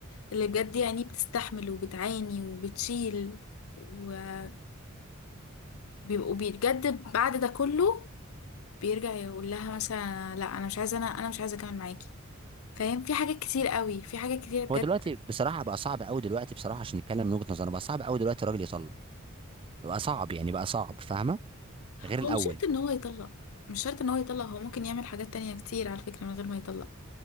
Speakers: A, on the left; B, on the right.
A: اللي بجد يعني بتستحمل وبتعاني وبتشيل وبيبقوا بجد بعد ده كله بيرجع يقول لها مثلا لا انا مش عايزة انا انا مش عايزة اكمل معاكي فاهم في حاجات كتير قوي في حاجات كتير بجد
B: هو دلوقتي بصراحة بقى صعب قوي دلوقتي بصراحة عشان نتكلم من وجهة نظرنا بقى صعب قوي دلوقتي الراجل يطلق بقى صعب يعني بقى صعب فاهمة غير
A: هو
B: الأول
A: مش شرط ان هو يطلق مش شرط ان هو يطلق هو ممكن يعمل حاجات تانية كتير على فكرة من غير ما يطلق